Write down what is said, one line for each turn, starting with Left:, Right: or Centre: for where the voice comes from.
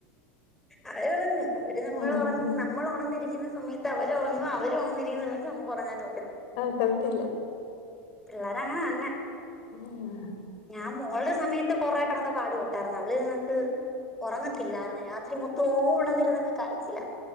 Centre: അവര് ഒറങ്ങും അവര് നമ്മള്
Left: ഉം
Centre: ഒറങ്ങണം നമ്മൾ ഒണന്നിരിക്കുന്ന സമയത്ത് അവരൊറങ്ങും അവർ ഒണന്നിരിക്കുന്ന സമയത്ത് നമുക്ക് ഉറങ്ങാനൊ
Left: ഒക്കത്തില്ല
Centre: പിള്ളേരങ്ങനെന്നെ
Left: ഉം ആഹ്
Centre: ഞാൻ മോൾടെ സമയത്ത് കൊറെ കെടന്ന് പാടുപെട്ടാരുന്നു അവള് ഇതേ കണക്ക് ഒറങ്ങത്തില്ലായിരുന്ന് രാത്രി മൊത്തോവും ഒണന്നിര്ന്ന് അങ്ങ് കരച്ചിലാ